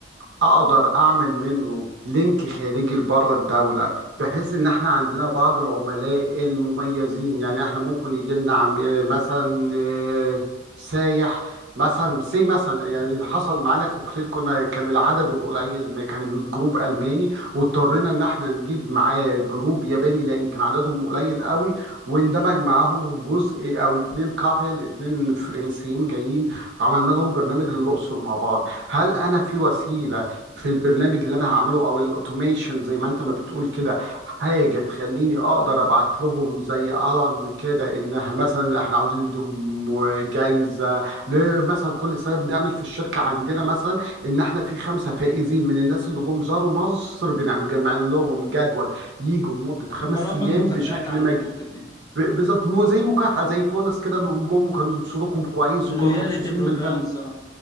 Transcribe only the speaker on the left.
م.
برامج
مكافآت
عندكم
وكده يعني
لويالتي
بروجرامز
اه